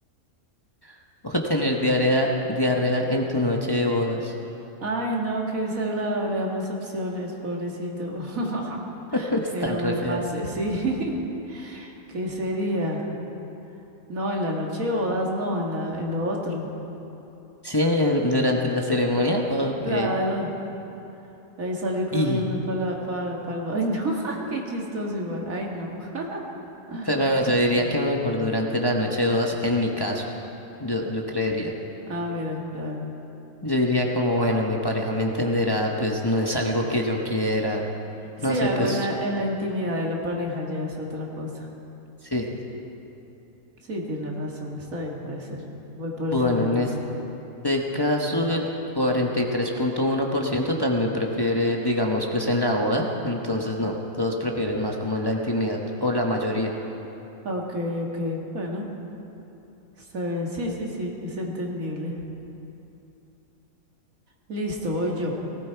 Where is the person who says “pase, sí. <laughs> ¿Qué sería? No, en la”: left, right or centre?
Right